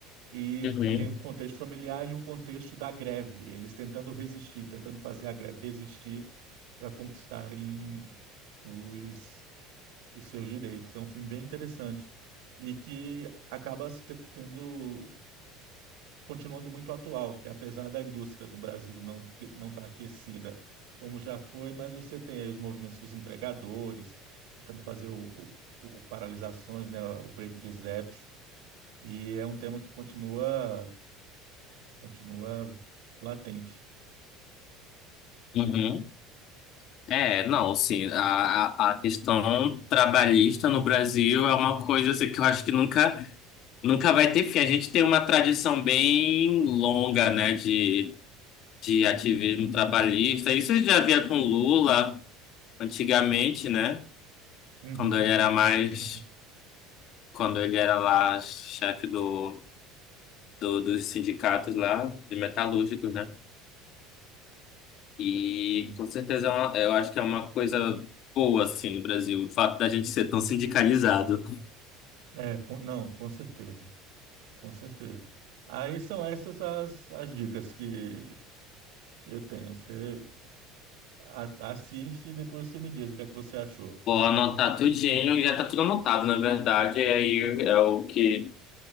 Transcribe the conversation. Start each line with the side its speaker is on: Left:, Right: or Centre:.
Right: e
Left: uhum,
Right: tem o contexto familiar e o contexto da greve, eles tentando resistir, tentando fazer a greve resistir para conquistarem os, os seus direitos. É um filme bem interessante e que acaba se te- tendo continuando muito atual, que apesar da indústria do Brasil não te- não estar aquecida como já foi, mas você tem aí os movimentos dos entregadores tentando fazer o, o, o paralisações, né, o break dos apps. E é um tema que continua continua latente.
Left: uhum. É, não, sim, a, a a questão trabalhista no Brasil é uma coisa assim, que eu acho que nunca, nunca vai ter fim. A gente tem uma tradição bem longa, né, de, de ativismo trabalhista. Isso eu já via com Lula antigamente, né,
Right: Uhum,
Left: quando ele era mais,
Right: sim.
Left: quando ele era lá chefe do, do, dos sindicatos lá, de metalúrgicos, né? E
Right: Sim.
Left: com certeza é uma- eu acho que é uma coisa boa, assim, no Brasil, o fato da gente ser tão sindicalizado.
Right: É, com- não, com certeza, com certeza. Aí são essas as, as dicas que eu tenho. Você a- assiste e depois você me diz o que é que você achou.
Left: Vou anotar tudinho, já tá tudo anotado, na verdade. E aí é o que